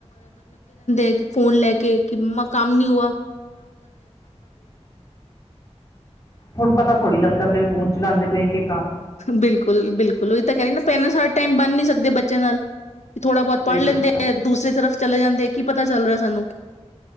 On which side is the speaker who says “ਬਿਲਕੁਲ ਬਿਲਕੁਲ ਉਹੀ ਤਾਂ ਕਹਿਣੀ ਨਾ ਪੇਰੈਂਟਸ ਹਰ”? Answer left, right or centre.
Left